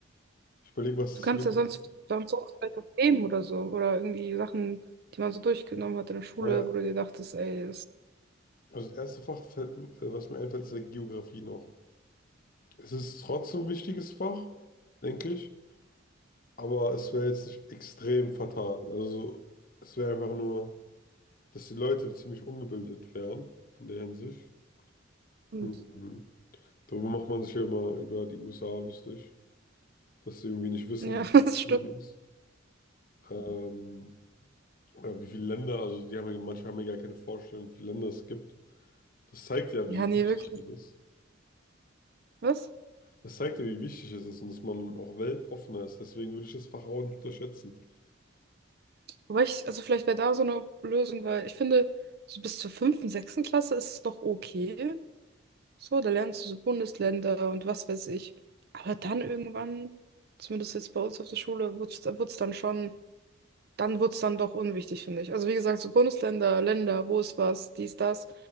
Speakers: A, on the left; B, on the right.
A: Ich überlege, was das
B: Du kannst
A: wenigste.
B: ja sonst, sonst sonst vielleicht auch Themen oder so. Oder irgendwie Sachen, die man so durchgenommen hat in der Schule,
A: Naja,
B: wo du dir dachtest, ey, das
A: also das erste Fach, fällt, mir- äh, was mir einfällt, ist ja Geografie noch. Es ist trotzdem ein wichtiges Fach, denke ich. Aber es wäre jetzt nicht extrem fatal. Also es wäre einfach nur, dass die Leute ziemlich ungebildet wären in der Hinsicht.
B: Und
A: Mhm. Darüber macht man sich ja immer über die USA lustig, dass sie irgendwie nicht wissen,
B: ja, <laughs>
A: wie es
B: das stimmt.
A: so ist. Ähm, oder wie viele Länder, also die haben ja, manche haben ja gar keine Vorstellung, wie viele Länder es gibt. Das zeigt ja,
B: Ja,
A: wie
B: nee,
A: wichtig
B: wirklich.
A: es ist.
B: Was?
A: Das zeigt ja, wie wichtig es ist und dass man auch weltoffener ist. Deswegen würde ich das Fach auch nicht unterschätzen.
B: Wobei ich, also vielleicht wäre da so eine Lösung, weil ich finde, so bis zur fünften, sechsten Klasse ist es noch okay. So, da lernst du so Bundesländer und was weiß ich. Aber dann irgendwann, zumindest jetzt bei uns auf der Schule, wurde es dann schon. dann wird es dann doch unwichtig, finde ich. Also wie gesagt, so Bundesländer, Länder, wo ist was, dies, das.